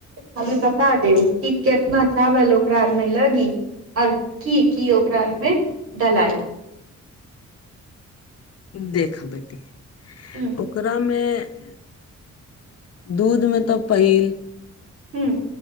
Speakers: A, on the right (about 50°); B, on the left (about 55°).
A: हमें बता देब कि केतना चावल ओकरा आर में लगी। और की की ओकरा आर में डलाई।
B: देख बेटी ओ
A: ह
B: ओकरा में दूध में तऽ पहिल
A: हुं